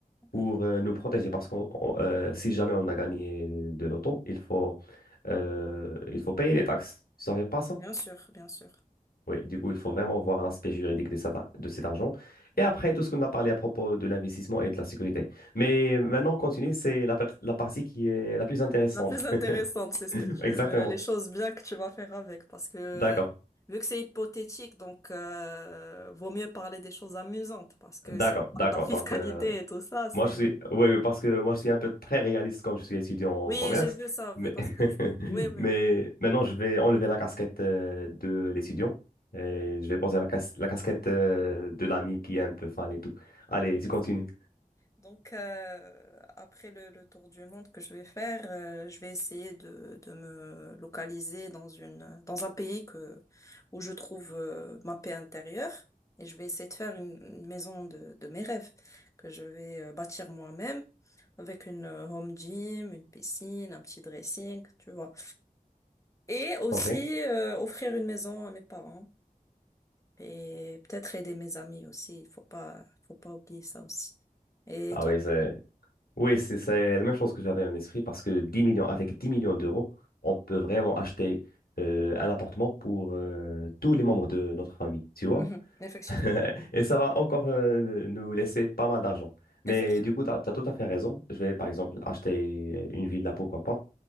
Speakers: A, on the left; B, on the left.
A: pour
B: mhm.
A: euh, nous protéger parce que si jamais on a gagné de l'auto, il faut, euh, il faut payer les taxes. Tu savais pas ça?
B: Bien sûr, bien sûr.
A: Oui, du coup, il faut vraiment voir l'aspect juridique de, cet ar- de cet argent. Et
B: Mm.
A: après, tout ce qu'on a parlé à propos de l'investissement et de la sécurité. Mais maintenant, on continue, c'est la, par- la partie qui est la plus intéressante.
B: La plus
A: <laughs>
B: intéressante, c'est ce que tu-
A: Exactement.
B: le- les choses bien que tu vas faire avec, parce que euh,
A: D'accord.
B: vu que c'est hypothétique, donc euh, vaut mieux parler des choses amusantes, parce que
A: D'accord,
B: si on
A: d'accord.
B: parle de la fiscalité
A: Donc, euh,
B: et tout ça, c'est.
A: moi, je suis... Oui, oui, parce que moi, je suis un peu très réaliste comme je suis étudiant
B: Oui,
A: en commerce.
B: j'ai vu ça,
A: Mais,
B: parce
A: <laughs>
B: que tu. Oui, oui,
A: mais
B: oui.
A: maintenant, je vais enlever la casquette euh, de l'étudiant et je vais poser la, cas- la casquette euh, de l'ami qui est un peu fan et tout. Allez, tu
B: Euh,
A: continues.
B: Donc, euh, après le, le tour du monde que je vais faire, euh, je vais essayer de, de me localiser dans une, dans un pays que, où je trouve euh, ma paix intérieure. Et je vais essayer de faire une, une maison de, de mes rêves que je vais euh, bâtir moi-même avec une euh, home gym, une piscine, un petit dressing, tu vois. Et aussi
A: OK.
B: euh, offrir une maison à mes parents et peut-être aider mes amis aussi. Il faut pas, faut pas oublier ça aussi. Et
A: Ah
B: toi?
A: oui, c'est... Oui, c'est c'est la même chose que j'avais en esprit parce que 10 millions, avec 10 millions d'euros, on peut vraiment acheter euh, un appartement pour euh, tous les membres de notre famille, tu vois?
B: Mhm, effectivement.
A: <laughs> Et ça va encore euh, nous laisser pas mal d'argent. Mais
B: Effectivement.
A: du coup, tu as, tout à fait raison. Je vais par exemple acheter une villa, pourquoi pas,